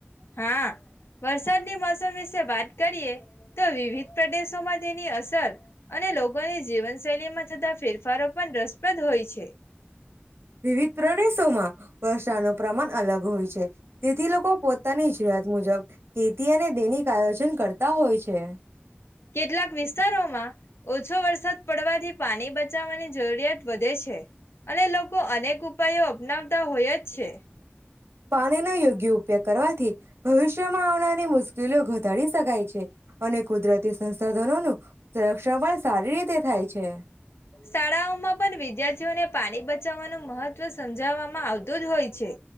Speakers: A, on the left; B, on the right.
A: હા વરસાદની મોસમ વાત કરીએ તો વિવિધ પ્રદેશોમાં તેની અસર અને લોકોની જીવનશૈલી માં થતા ફેરફારો પણ રસપ્રદ હોય છે.
B: વિવિધ. પ્રણય સોમા. વર્ષા ન પ્રમાણ અલગ હોય છે. તેથી લોકો પોતાની જત. મુજબ. ખેતી અને દૈનિક આયોજન કરતા હોય છે.
A: કેટલાક વિસ્તારોમાં ઓછો વરસાદ પડવાથી પાણી બચાવવાની જરૂરિયાત વધે છે. અને લોકો અનેક. પાયો અપનાવતા હોય જ છે.
B: પાણી ના યોગ્ય કરવાથી ભવિષ્યમાં આવનારી મુશ્કેલીઓ ઘટાડી શકાય છે અને કુદરતી સંસાધનો ન સંરક્ષણ પણ સારી રીતે થાય છે
A: શાળાઓમાં પણ વિદ્યાર્થીઓને પાણી બચાવવાનું મહત્વ સમજાવવામાં આવતું જ હોય છે